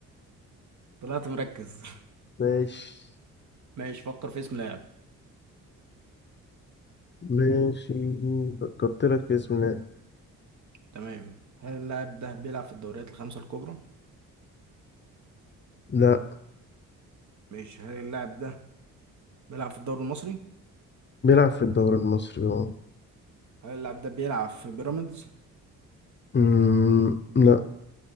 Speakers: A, on the right; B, on the left.
A: طلعت مركز
B: ماشي
A: <laughs> ماشي فكر في اسم لاعب
B: ماشي فكرت لك في اسم لا
A: تمام هل اللاعب ده بيلعب في الدوريات الخمسة الكبرى؟
B: لا
A: ماشي هل اللاعب ده بيلعب في الدوري المصري؟
B: بيلعب في الدوري المصري اه
A: هل اللاعب ده بيلعب في بيراميدز؟
B: أمم، لا